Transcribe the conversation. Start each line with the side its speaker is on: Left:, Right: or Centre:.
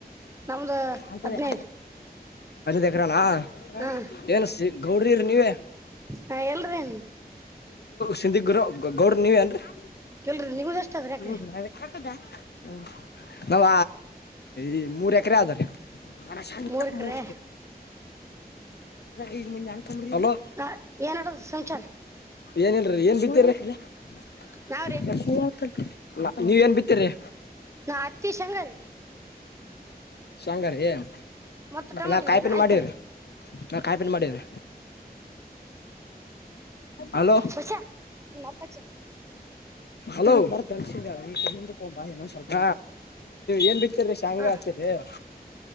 Right: ನಮ್ದು
Left: ಅಂತ
Right: ಹದ್ನೈದು
Left: ಯಾ್ ಅಕ್ರಾನ
Right: ಹಾ
Left: ಏ <unintelligible> ಗೌಡ್ರ ನೀವ
Right: ಹಾ ಎಲ್ರಿ
Left: ಸಿಧಿಗ್ರು ಗೌಡ್ರ ನೀವೇ ಅಏನ್ರೀ <inaudible>
Right: ಇಲ್ರಿ ನಿಮ್ದ ಎಷ್ಟ ಅದ್ರಿ ಎಕ್ರೆ
Left: ಹ ಮಾಡಬೇಕದಾ ಹ ನಾವ್ ಈ ಮೂರ್ ಎಕರೆ ಆದಾವದ್ರೀ ಮನ ಶಂತ
Right: ಮೂರ್ ಎಕ್ರೆ
Left: ಮೂಡೆ ಎ ಮಂದ ಹಲೋ
Right: ನಾ ಏನ್ ನಡದ ಸಂಚಾರ
Left: ಏನ್ ಹೇಳಲ್ರಿಿ ಏನ್ ಬಿದ್ದಿರಿಿ ಕೆ
Right: ನಾವ್ರಿ
Left: ಆ ಅಲ್ಲ ನೀವೇಏನ್ ಬಿತ್ತೀರಿ
Right: ನಾ ಹತ್ತ ಶಂಗಾರ
Left: ಶಂಗಾರ ಏನ್
Right: ಮತ್ತ ಟೊಮೆಟೊ
Left: ನಾ ಕಾಯ್ಪಿನ
Right: ರೀ ಆಯ್ತ್ರಿ
Left: ಮಾಡೀ್ರ ಕಾಯಿಪನ್ <unintelligible> ಮಾಡಿದ್ರಿ ಹಲೋ
Right: ಬಷಾ ನಿ ಮಪ್ಪ ಚ <unintelligible>
Left: ಹಲೋ ಬಲ್ಸಿದಾಳ ಈ ಹಿಂದಕ್ಕೆ ಹಬ್ಬಾ ಏೊ ಸ್ವಲ್ಪ ಏನ್ ಬಿ <inaudible> ಆತರಿೀ ಶಾಂಗ
Right: ಹಾ
Left: ಹಾತರಿ <unintelligible>